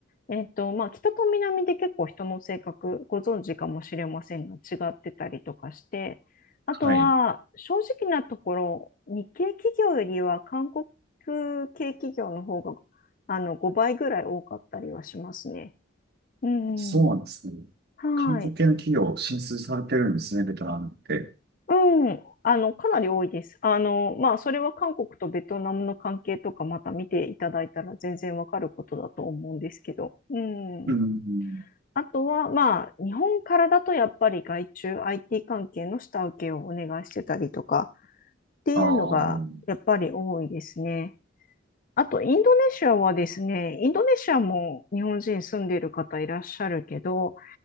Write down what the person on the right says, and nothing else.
はい。
そうなんですね。
韓国系の企業進出されてるんですね、ベトナムって。
うん。
あー